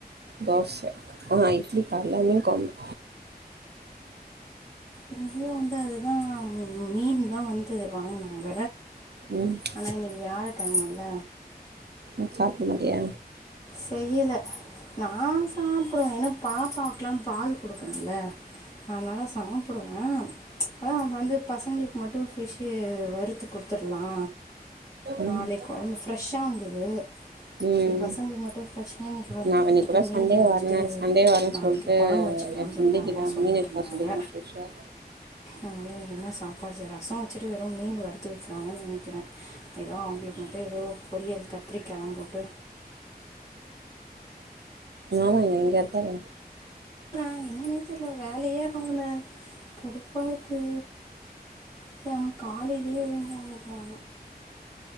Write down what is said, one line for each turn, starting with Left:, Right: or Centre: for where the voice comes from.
Right: தோச ஆ இட்லி கால மீன் கொழம்பு
Left: இங்கயு வந்து அதுதா மீன் தா வந்து வாங்னாங்க
Right: ம்
Left: ஆனா இன்னிக் வியாழக்கெழமல்ல
Right: ம் சாப்ட மாட்டியா
Left: செய்யல நா சாப் சாப்டுவே இன்னு பாப்பாக்லா பால் குடுக்றல அனால சாப்டுவே அதா வந்து பசங்களுக் மட்டு பிஷ் வறுத் குடுத்ரலா நாளைக்
Right: ம்
Left: கொழம்பு ஃப்ரெஷ்ஷா வந்துது
Right: ம்
Left: சரி பசங்ளுக்கு மட்டு ஃப்ரெஷ்ஷா இன்னிக்கு வறுத்து
Right: நான்
Left: குடுத்துட்டு
Right: இன்னைக்கு கூட
Left: மீதிய
Right: சண்டே
Left: வந்துட்டு
Right: வரேன் சண்டே வரேன்னு
Left: நாளைக்
Right: சொல்லிட்டு
Left: கொழம்பு வச்சிக்லானு
Right: என் ஃப்ரெண்டுக்கிட்ட
Left: சொல்ட்டு அம்மா
Right: நான்
Left: சொல்லிட்
Right: மீன் எடுத்தான்
Left: இருந்தாங்க
Right: சொல்லிக்கிறேன் ஃப்ரெஷ்ஷாக
Left: அதுனால இன்னிக்கு என்ன சாப்பாடு செய்ராங் ரசோ வச்சிட்டு வெரூ மீன் வறுத்து வய்குறாங்கனு நெனைக்குறே ஏதோ அவுங்ளுக் மட்டு ஏதோ பொரியல் கத்ரிக்காலா போட்டு
Right: ஆமாங்க இங்க இருக்காரு
Left: ஆ என்னன்னே தெரியல வேலையே ஆகல கடுப்பா இருக்கு சரி அவ காலையிலயே எழுந்துண்ணக்கிறா